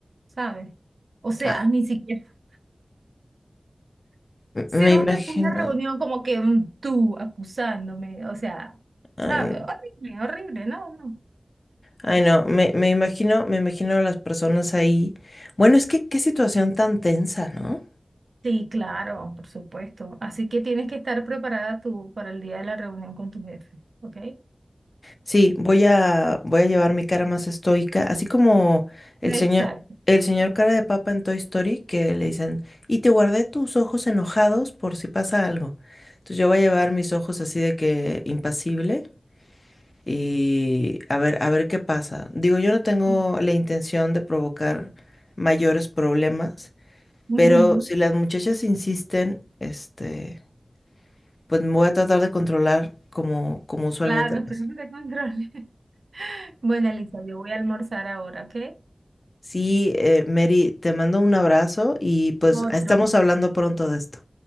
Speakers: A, on the right (about 80°); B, on the left (about 50°).
A: ¿sabes? O sea,
B: Ah,
A: ni siquiera <laughs>
B: m-
A: hicieron
B: me imagino,
A: después una reunión como que mm, tú acusándome, o sea,
B: ay,
A: ¿sabes?
B: no,
A: Horrible, horrible, no, no.
B: ay,
A: no.
B: no, me, me imagino, me imagino a las personas ahí. Bueno, es que qué situación tan tensa, ¿no?
A: Sí, claro, por supuesto. Así que tienes que estar preparada tú para el día de la reunión con tu jefe, ¿ok?
B: Sí, voy a, voy a llevar mi cara más estoica, así como
A: Exacto.
B: el señor, el señor cara de papa en Toy Story, que le dicen, y te guardé tus ojos enojados por si pasa algo. Entonces yo voy a llevar mis ojos así de que impasible y a ver, a ver qué pasa. Digo, yo no tengo
A: Mm.
B: la intención de provocar mayores problemas,
A: Ujú.
B: pero si las muchachas insisten, este, pues me voy a tratar de controlar como, como usualmente
A: Claro,
B: pasa.
A: espero que te controle. <laughs> Bueno, Elisa, yo voy a almorzar ahora, ¿ok?
B: Sí, eh, Mary, te mando un abrazo y pues
A: Otro,
B: estamos hablando pronto de esto.